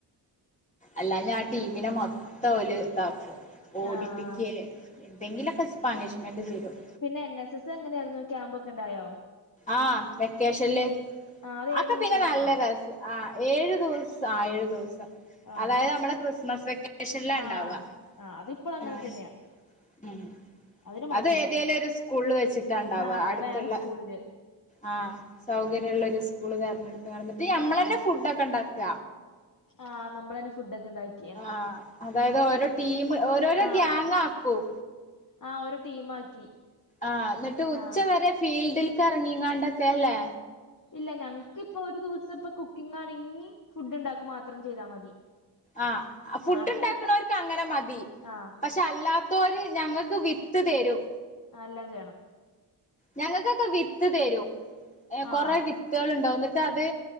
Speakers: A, on the left; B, on the left.
A: അല്ലാഞ്ഞാ ആ ടീമിനെ മൊത്തം ഓല് <unintelligible> ഓടിപ്പിക്കെ
B: ആഹ്
A: എന്തെങ്കിലൊക്കെ
B: ഉം
A: പണിഷ്മെൻ്റ് തെരും
B: പിന്നെ എൻ. എസ്. എസ് എങ്ങനെയായിരുന്നു, ക്യാമ്പൊക്കെ ഇണ്ടായോ?
A: ആഹ്, വെക്കേഷൻല്
B: ആഹ് അത് ഏഴു
A: ആക്കെ
B: ദിവസായിരുന്നോ
A: പിന്നെ നല്ല രസ് ആഹ് ഏഴു ദിവസം, ആഹ് ഏഴു ദിവസം
B: ആഹ്
A: അതായത് നമ്മളെ ക്രിസ്മസ് വെക്കേഷനിലാ
B: ആഹ്
A: ഇണ്ടാവാ
B: ആഹ് അതിപ്പളും അങ്ങനെ
A: ആഹ്
B: തന്നെയാ
A: ഉം
B: അതിന് മാറ്റമില്ല
A: അത് ഏതേലും ഒരു സ്കൂളിൽ വെച്ചിട്ടാണ്ടാവാ
B: ആഹ്
A: അടുത്ത്ള്ള
B: വേറെ സ്കൂളില്
A: ആഹ് സൗകര്യള്ള
B: ഉം
A: ഒരു സ്കൂള് തെരഞ്ഞെടുത്ത് നടന്നിട്ട് ഇത് ഞമ്മള്
B: ആഹ്
A: തന്നെ ഫുഡൊക്കെ ഇണ്ടാക്ക
B: ആഹ് നമ്മളെന്നെ ഫുഡൊക്കെ ഇണ്ടാക്കി
A: ആഹ് അതായത് ഓരോ ടീം ഓരോരോ
B: ആഹ്
A: ഗ്യാങ് ആക്കും
B: ആഹ് ഒരു ടീമാക്കി
A: ആഹ് ന്നട്ട് ഉച്ച
B: ആഹ്
A: വരെ ഫീൽഡിൽക്ക് എറങ്ങിങ്ങാണ്ടൊക്കെ ല്ലേ
B: ഇല്ല ഞങ്ങക്ക് ഇപ്പൊ ഒരു ദിവസം ഇപ്പം കുക്കിംഗ് ആണെങ്കിൽ ഫുഡ് ഉണ്ടാക്കൽ മാത്രം ചെയ്താൽ മതി.
A: ആഹ് ഫുഡ്
B: ആ, അടുത്ത
A: ഇ ണ്ടാക്കുന്നവർക്ക്
B: ദിവസം
A: അങ്ങനെ മതി.
B: ആഹ്
A: പക്ഷെ അല്ലാത്തൊര് ഞങ്ങൾക്ക് വിത്ത് തരും
B: ആഹ് എല്ലാം ചെയ്യണം
A: ഞങ്ങൾക്കൊക്കെ വിത്ത് തരൂ
B: ആഹ്
A: കൊറെ വി ത്ത്കൾ ഇണ്ടാവും ന്നട്ട് അത്